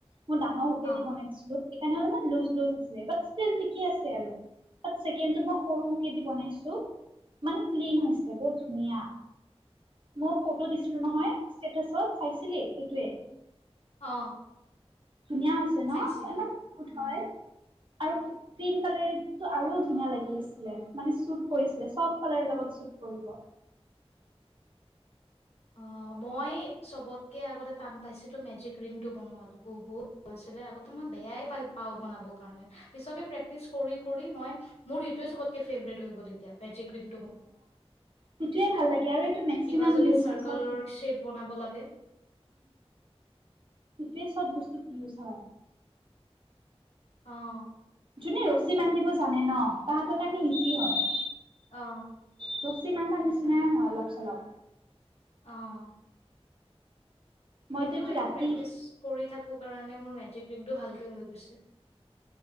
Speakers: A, on the right; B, on the left.
A: মোৰ ডাঙৰ হুকে
B: অ
A: দি বনাই দিছিলোঁ এইকাৰনে মানে লুজ লুজ আছিলে, বাট ষ্টিল থিকে আছে আৰু। বাত, চেকেণ্ডটো মই সৰু হুকেদি বনাইছোঁ, মানে ক্লিন হৈছে, বহুত ধুনীয়া। মোক ফটো দিছিলো নহয় ষ্টেটাছত চাইছিলি? সেইটোৱে।
B: অ'
A: ধুনীয়া হৈছে ন?
B: চাইছিলো
A: ইমান হয়।
B: উম
A: আৰু ক্ৰীম কালাৰি টো আৰু ধুনীয়া লাগি আছিলে, মানে চুট কৰিছিলে, চব কালাৰৰ লগত চুট কৰিব।
B: অ, মই চবতকে আগতে টান পাইছিলো মেজিক ৰিংটো বনোৱাটো। বহুত <unintelligible> ছিলে আগতে মই বেয়াই পাই পাওঁ বনাব কাৰণে। পিছকে প্ৰেক্টিচ কৰি কৰি মই, মোৰ ইটোয়ে চবতকে ফেভৰেট হৈ গল এতিয়া মেজিক ৰিং। <unintelligible>
A: সিটোয়ে ভাল লাগে আৰু এইটো মেক্সিমাম
B: কিবা যদি
A: ইউজ
B: চাৰ্কলৰ
A: হয় চব বস্তুত
B: শ্বেপ বনাব লাগে
A: গোটেই চব বস্তুত ইউজ হয়
B: অ'
A: জোনে ৰছী বান্ধিব জানে ন, তাহাঁতৰ কাৰণে ইজি হয়।
B: অ'
A: তপ চিমানটা নিচিনাই হয় অলপ চলপ
B: অ'
A: মইতো
B: সেইটোৱেই
A: এইটো ৰাতি
B: প্ৰেক্টিচ কৰি থাকো কাৰণে মোৰ মেজিক ৰিংটো ভালকে হৈ গৈছে